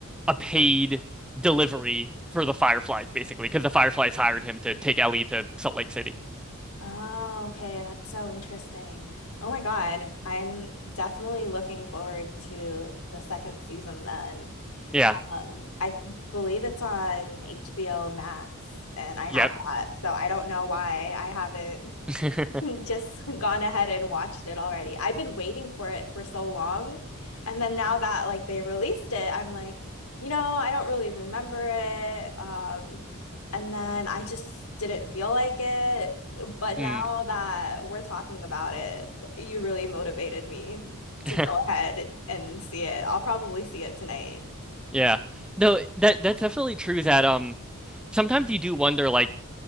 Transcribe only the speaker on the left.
Oh, okay. That's so interesting. Oh my God. I'm definitely looking forward to the second season then.
Um, I believe it's on HBO Max, and I have
that. So I don't know why I haven't
<laughs> just gone ahead and watched it already. I've been waiting for it for so long. And then now that like they released it, I'm like, you know, I don't really remember it. Um, and then I just didn't feel like it. But now
that we're talking about it, you really motivated me to
go ahead and see it. I'll probably see it tonight.